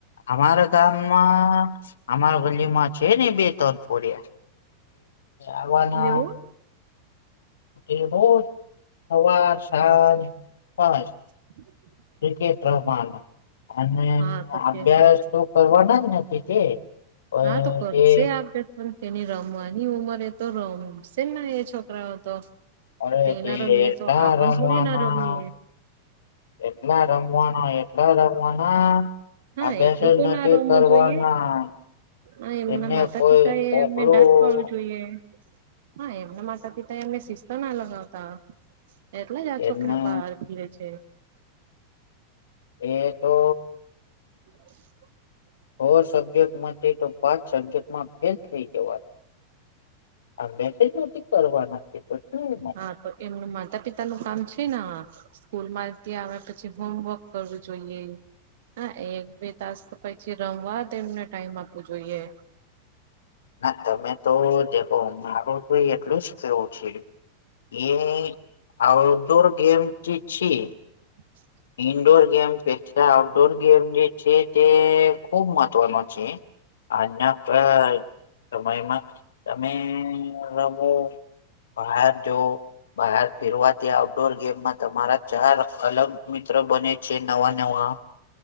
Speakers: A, on the left; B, on the right.
A: અમારા ગામમાં અમારા ગલીમાં છે ને બે તરફોડિયા એવાના
B: એવું.
A: એ બજ સવાર સાજ પા
B: હ
A: ક્રિકેટ રવાના અને
B: હા તો
A: અભ્યાસ
B: કે
A: તો કરવાના જ નથી તે પણ
B: હા તોકોલ
A: તે
B: સે આપ પણ તેની રમવાની ઉંમર એ તો રમશે એ છોકરાઓ તો
A: અરે તે
B: ના રમીએ
A: એટલા
B: તો આપણ
A: રમવાના
B: થોડી ના રમીએ
A: એટલા રમવાના એટલા રમવાના
B: હા
A: અભ્યાસ
B: એટલું
A: જ
B: તો
A: નથી
B: ના રમું
A: કરવાના
B: જોઈએ હા એમના
A: એને
B: માતા
A: કોઈ
B: પિતા એ
A: કોકલું
B: એમને દાંત પાડવું જોઈએ હા એમના માતા પિતા એ એમને શિસ્તા ના લગાવતા એટલે જ આ
A: એને
B: છોકરા બહાર ફીરે છે
A: એ તો
B: <inaudible>
A: છ સબ્જેક્ટ તો પાંચ સબ્જેક્ટમાં ફેલ થઈ જવાત આ મેસેજ નથી કરવાના છે પણ
B: હા તો એમનું માતા પિતા નું કામ છે ને સ્કૂલ માં ત આવે પછી હોમવર્ક કરવું જોઈએ હા એક બે તાસ પછી રમવા એમને ટાઈમ આપવો જોઈએ
A: ના તમે તો દેખો મારું તો એટલું જ કહેવું છે. એ આઉટડોર ગેમ જે છી
B: <inaudible>
A: ઈન્ડોર ગેમ પા આઉટડોર ગેમ જે છે તે ખુબ મહત્વનો છે અન આપે સમયમાં તમે રમો બહાર જવો બહાર ફેરવાથી આઉટડોર ગેમમાં તમારા ચાર અલગ તો બને છે નવા નવા.